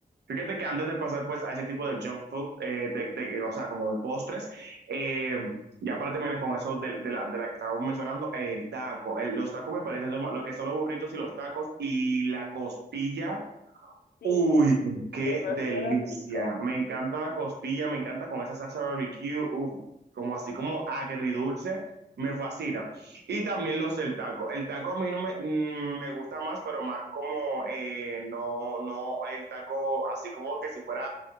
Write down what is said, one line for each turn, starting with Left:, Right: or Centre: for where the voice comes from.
Right: Fíjate que antes de pasar pues a ese tipo de junk food, eh, de- de- o sea, como de postres, eh, ya para terminar con eso de, de la, de la que estábamos mencionando, el taco. El- los tacos me parecen suma- lo que son los burritos y los tacos y la costilla
Left: Sí,
Right: Uy, pero qué
Left: demasiado
Right: delicia.
Left: rico.
Right: Me encanta la costilla, me encanta con esa salsa barbecue, uf, como así como agridulce, me fascina. Y también los del taco. El taco a mí no me, mm, me gusta más, pero más como, eh, no, no, el taco así como que si fuera